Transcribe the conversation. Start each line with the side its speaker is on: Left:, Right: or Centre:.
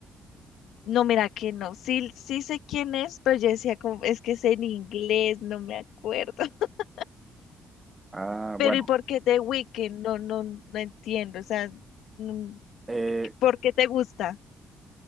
Left: No, mira que no. Sí, sí sé quién es, pero yo decía como, es que es en inglés, no me acuerdo. <laughs>
Right: Ah,
Left: Pero
Right: bueno.
Left: ¿y por qué The Weeknd? No, no, no entiendo. O sea, no-
Right: Eh,
Left: ¿por qué te gusta?